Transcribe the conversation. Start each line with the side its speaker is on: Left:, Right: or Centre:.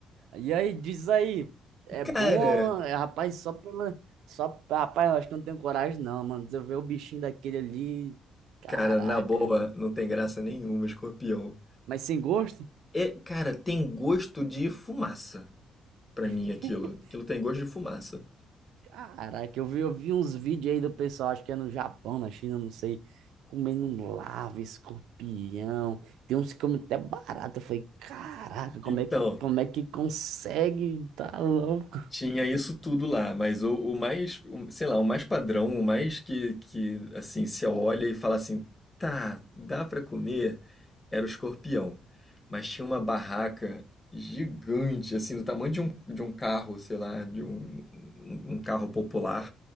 Right: E aí, diz aí, é
Left: Cara,
Right: bom, é, rapaz, só pela. Só, rapaz, eu acho que eu não tenho coragem, não, mano. Se eu ver o bichinho daquele ali. Caraca.
Left: cara, na boa, não tem graça nenhuma escorpião.
Right: Mas sem gosto?
Left: É, cara, tem gosto de fumaça pra mim
Right: <laughs>
Left: aquilo. Aquilo tem gosto de fumaça.
Right: Caraca, eu vi, eu vi uns vídeos aí do pessoal, acho que é no Japão, na China, não sei, comendo um larva, escorpião. Tem uns que comem até barata. Eu falei, caraca, como
Left: Então,
Right: é, como é que consegue? Tá louco.
Left: Tinha isso tudo lá, mas o, o mais, o- sei lá, o mais padrão, o mais que, que assim, se olha e fala assim, tá, dá pra comer, era o escorpião. Mas tinha uma barraca gigante, assim, do tamanho de um, de um carro, sei lá, de um, um um carro popular,